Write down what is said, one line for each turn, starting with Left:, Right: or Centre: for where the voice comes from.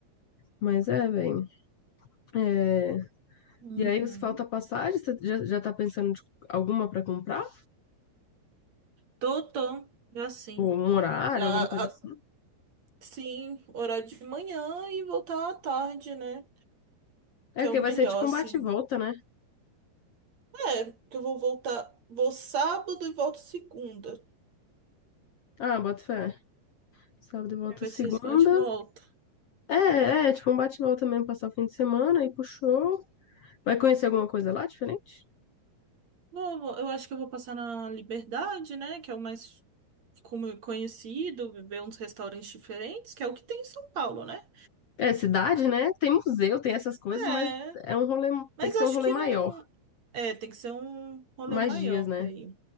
Left: Mas é, velho. É,
Right: Uhum.
Left: e aí, você falta passagem, você já, já tá pensando de alguma pra comprar?
Right: Tô, tô. Já sim.
Left: Ou um horário,
Right: Já,
Left: alguma coisa
Right: a-
Left: assim?
Right: sim, horário de manhã e voltar à tarde, né?
Left: É
Right: Que é
Left: que
Right: o melhor,
Left: vai ser tipo
Right: assim.
Left: um bate e volta, né?
Right: É, que eu vou voltar. Vou sábado e volto segunda.
Left: Ah, bota fé. Sábado e volta
Right: Aí Vai
Left: segunda.
Right: ser esse bate-volta.
Left: É, é, é, tipo um bate e volta mesmo, passar o fim de semana e puxou. Vai conhecer alguma coisa lá diferente?
Right: Vou, vou- eu acho que eu vou passar na Liberdade, né? Que é o mais como- conhecido, ver uns restaurantes diferentes, que é o que tem em São Paulo, né?
Left: É, cidade, né? Tem museu, tem essas coisas, mas
Right: É.
Left: é um rolê,
Right: Mas
Left: tem que
Right: acho
Left: ser um rolê
Right: que
Left: maior,
Right: não. É, tem que ser um rolê
Left: mais
Right: maior
Left: dias, né?
Right: pra ir.